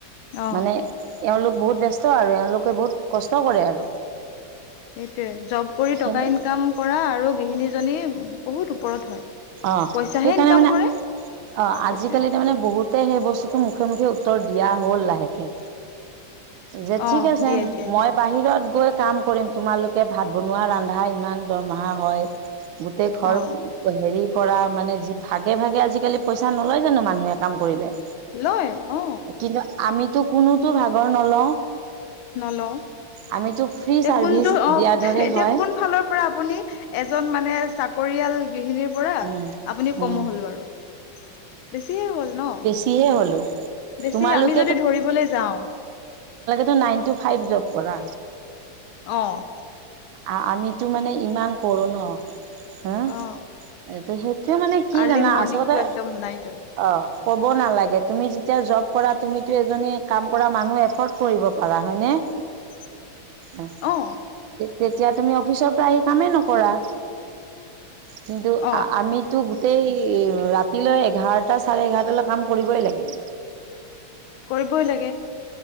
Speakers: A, on the left; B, on the right.
A: অ
B: মানে এওঁলোক বহুত ব্যস্ত আৰু এওঁলোকে বহুত কষ্ট কৰে আৰু।
A: সেইটোৱে জব কৰি টকা
B: সেইকাৰণে
A: ইনকাম কৰা আৰু গৃহিণীজনী বহুত ওপৰত হয়।
B: অঁ,
A: পইচাহে
B: সেইকাৰণে
A: ইনকাম
B: মানে
A: কৰে
B: অঁ,
A: সেইটোয়ে
B: আজিকালি তাৰমানে বহুত- তে সেই বস্তুতো মুখে মুখে উত্তৰ দিয়া হ'ল লাহেকে। যে ঠিক
A: অ
B: আছে
A: দিয়ে দিয়ে
B: মই
A: সেইটো
B: বাহিৰত গৈ- কাম কৰিম। তোমালোকে ভাত বনোৱা, ৰন্ধা ইমান দৰমহা হয় গোটেই ঘৰ-
A: অ
B: হেৰি কৰা মানে যি ভাগে ভাগে আজিকালি পইচা নলয় জানো মানুহে কাম কৰিলে!
A: লয়, অঁ।
B: কিন্তু আমিতো কোনোতো ভাগৰ নলওঁ।
A: নলওঁ,
B: আমিতো ফ্ৰী
A: এতিয়া
B: চাৰ্ভিচ
A: কোনটো অঁ,
B: দিয়াৰ দৰে
A: এতিয়া
B: হয়
A: কোন ফালৰ- পৰা আপুনি এজন মানে চাকৰিয়াল- গৃহিনীৰ পৰা
B: উম
A: আপুনি
B: উম
A: কমো হ'ল বাৰু, বেছিহে হ'ল ন?
B: বেছি এ হ'লো।
A: বেছি
B: তোমালোক
A: আমি যদি ধৰিবলৈ যাওঁ
B: তো নাইন টো ফাইভ জব। কৰা।
A: অঁ।
B: আ-আমিতো মানে ইমান কৰো ন? হা!
A: অ
B: এইটো সেইটো মানে কি
A: আৰ্লি
B: জানা?
A: মৰ্ণিংটো
B: আচলতে-
A: একদম নাইট হয়
B: অঁ, ক'ব নালাগে তুমি যেতিয়া জব কৰা তুমিতো এজনী কাম কৰা মানুহ এফৰ্ড- কৰিব পাৰা, হয় নে?
A: <inaudible>
B: অহ।
A: অঁ।
B: তেতিয়া তুমি অফিচৰ পৰা আহি কামেই নকৰা। কিন্তু
A: অ
B: আমি- তটো গোটেই ৰাতিলৈ এঘাৰটা, চাৰে এঘাৰটালৈ কাম কৰিবই লাগে।
A: কৰিবই লাগে।